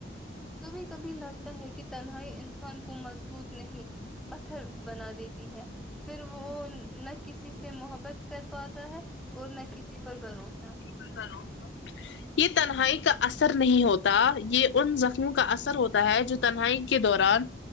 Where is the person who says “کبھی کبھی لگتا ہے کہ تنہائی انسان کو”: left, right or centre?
Centre